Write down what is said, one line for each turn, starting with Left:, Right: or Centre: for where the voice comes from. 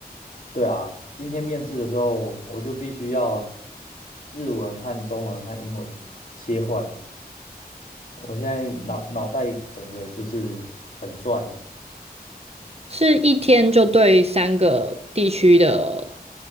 Left: 对啊，今天面试的时候，我就必须要日文和中文和英文切换。我现在脑脑袋整个就是很转，
Right: <laughs> 是一天就对三个地区的